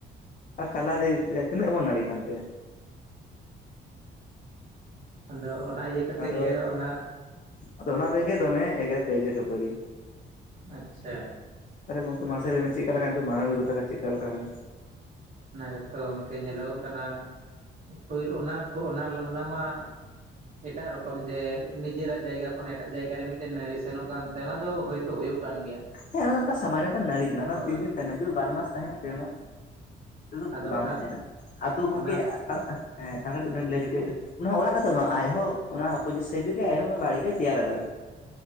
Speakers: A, on the left; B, on the right.
A: ᱟᱨ ᱠᱟᱞᱟᱨᱮ ᱛᱤᱱᱟᱹᱜ ᱵᱚᱱ ᱱᱟᱹᱲᱮ ᱠᱟᱱᱛᱮ
B: ᱟᱫᱚ ᱚᱱᱟ ᱤᱭᱟᱹ ᱠᱟᱛᱮᱫ
A: ᱟᱫᱚ,
B: ᱜᱮ ᱚᱱᱟ
A: ᱟᱫᱚ ᱚᱱᱟ ᱛᱮᱜᱮ ᱫᱚᱢᱮ ᱮᱜᱮᱨ ᱠᱟᱹᱣᱡᱟᱹ ᱠᱷᱟᱹᱯᱟᱹᱨᱤ
B: ᱟᱪᱪᱷᱟ
A: ᱛᱟᱞᱦᱮ ᱜᱚᱝᱠᱮ ᱢᱟᱥᱮ ᱪᱮᱫ ᱞᱮᱠᱟ ᱢᱟᱱᱚᱵᱤᱠᱚᱛᱟ ᱠᱚ ᱪᱮᱫ ᱞᱮᱠᱟ ᱠᱟᱱᱟ
B: ᱚᱱᱟ ᱜᱮᱛᱚ ᱜᱚᱝᱠᱮ ᱧᱮᱞᱚᱜᱚᱜ ᱠᱟᱱᱟ ᱯᱳᱭᱞ ᱚᱱᱟ ᱚᱱᱟ ᱞᱚᱜᱽᱱᱚ ᱢᱟ ᱮᱴᱟᱜ ᱨᱚᱠᱚᱢ ᱡᱮ ᱱᱤᱡᱮᱨᱟᱜ ᱡᱟᱭᱜᱟ ᱠᱷᱚᱱ ᱮᱴᱟᱜ ᱡᱟᱭᱜᱟ ᱨᱮ ᱢᱤᱫᱴᱮᱱ ᱱᱟᱹᱲᱤ ᱥᱮᱱᱚᱜ ᱠᱟᱱᱛᱮ ᱚᱱᱟ ᱫᱚ ᱦᱳᱭᱛᱳ ᱦᱩᱭᱩᱜ ᱠᱟᱱ ᱜᱮᱭᱟ
A: ᱦᱮᱸ ᱚᱱᱟ ᱫᱚ ᱢᱤᱫᱴᱟᱱ ᱥᱟᱢᱟᱱ ᱢᱤᱫᱴᱟᱝ ᱱᱟᱹᱲᱤ ᱠᱟᱱᱟ ᱚᱱᱟ
B: ᱦᱳᱭ
A: ᱫᱚ ᱛᱤᱱ ᱫᱤᱱ ᱛᱟᱦᱮᱱᱟ ᱡᱳᱨ ᱵᱟᱨ ᱢᱟᱥ ᱛᱟᱦᱮᱱᱟ ᱯᱮ ᱢᱟᱥ ᱵᱮᱥᱤ
B: ᱟᱫᱚ
A: ᱵᱟᱝ
B: ᱚᱱᱟ
A: ᱛᱟᱦᱮᱱᱟ ᱟᱫᱚ ᱜᱚᱝᱠᱮ
B: ᱚᱱᱟ
A: <unintelligible> ᱦᱮᱸ, ᱟᱨ ᱠᱟᱹᱴᱤᱡ ᱞᱟᱹᱭ ᱡᱩᱴᱩᱡᱼᱟᱜ ᱚᱱᱟ ᱚᱲᱟᱜ ᱨᱮᱛᱚ ᱵᱟᱝ ᱟᱡᱦᱚᱸ ᱚᱱᱟ ᱚᱯᱚᱡᱤᱴ ᱥᱟᱭᱤᱰ ᱨᱮᱜᱮ ᱟᱡᱦᱚᱸ ᱵᱟᱲᱜᱮ ᱜᱮᱭ ᱛᱮᱭᱟᱨ ᱟᱠᱟᱫᱟᱟᱭ